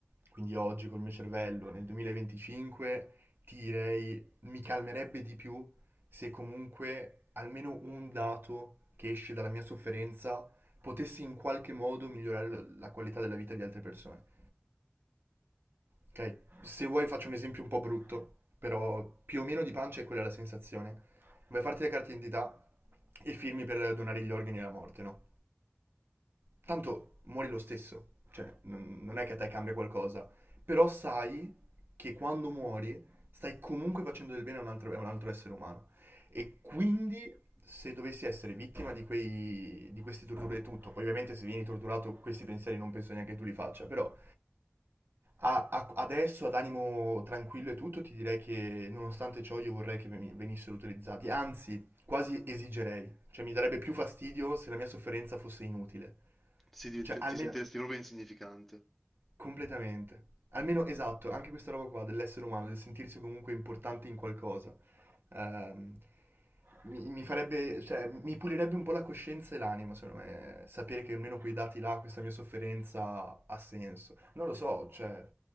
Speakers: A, on the right; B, in the centre.
A: quindi oggi col mio cervello nel 2025, ti direi mi calmerebbe di più se comunque almeno un dato che esce dalla mia sofferenza potessi in qualche modo migliorare l- la qualità della vita di altre persone. Ok, se vuoi faccio un esempio un po' brutto, però più o meno di pancia è quella la sensazione. Vuoi farti la carta d'identità e firmi per donare gli organi alla morte, no? tanto muori lo stesso, cioè n- non è che a te cambia qualcosa, però sai che quando muori stai comunque facendo del bene a un altro, a un altro essere umano. E quindi se dovessi essere vittima di, quei, di queste torture e tutto, poi ovviamente se vieni torturato questi pensieri non penso neanche tu li faccia, però a- a- adesso ad animo tranquillo e tutto ti direi che nonostante ciò io vorrei che veni- venissero utilizzati, anzi quasi esigerei. Cioè, mi darebbe più fastidio se la mia sofferenza fosse inutile.
B: Si diventa-
A: Cioè, almeno
B: ti sentiresti proprio insignificante.
A: completamente. Almeno esatto, anche questa roba qua dell'essere umano, del sentirsi comunque importante in qualcosa. Ehm, mi, mi farebbe, cioè, mi pulirebbe un po' la coscienza e l'anima, secondo me, sapere che almeno quei dati là, questa mia sofferenza ha senso. Non lo so, cioè,